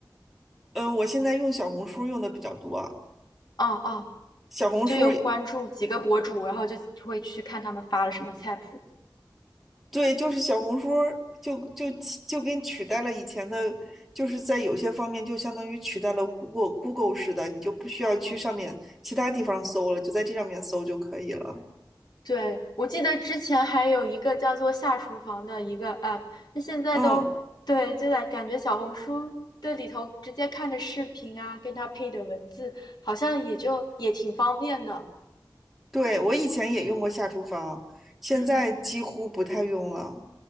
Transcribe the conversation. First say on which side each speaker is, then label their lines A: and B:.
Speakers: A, in the centre; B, on the left (about 60°).
A: 嗯，我现在用小红书用的比较多，
B: 哦哦，
A: 小红书
B: 就有关注几个博主，然后就会去看他们发了什么菜谱。
A: 对，就是小红书儿就就就跟取代了以前的，就是在有些方面就相当于取代了 Google Google 似的，你就不需要去上面其他地方搜了，就在这上面搜就可以了。
B: 对，我记得之前还有一个叫做“下厨房”的一个 app，那现在都对，
A: 嗯，
B: 就在感觉小红书这里头直接看着视频啊，跟它配的文字，好像也就也挺方便的。
A: 对，我以前也用过下厨房，现在几乎不太用了。
B: 嗯，